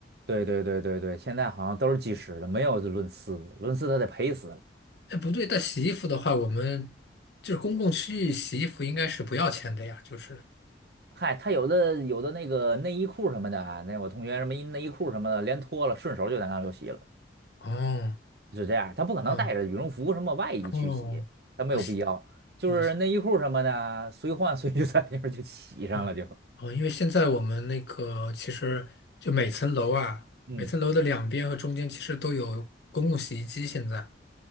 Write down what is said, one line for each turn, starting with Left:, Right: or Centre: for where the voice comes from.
Right: 对对对对对，现在好像都是计时的，没有这论次，论次他得赔死了。
Left: 哎，不对，但洗衣服的话，我们就是公共区域洗衣服应该是不要钱的呀，就是
Right: 嗨，他有的有的那个内衣裤什么的啊，那我同学什么一内衣裤什么的，连脱了，顺手就在那就洗了，
Left: 哦。
Right: 是这样。他不可能带着羽绒服什么外衣去洗，
Left: 哦哦，
Right: 他没有必要。
Left: 我好
Right: 就是内衣裤什么的，
Left: 我哦
Right: 随换随 <laughs> 就在那边就洗上了就。
Left: 哦哦，因为现在我们那个其实就每层楼啊，
Right: 嗯。
Left: 每层楼的两边和中间其实都有公共洗衣机。现在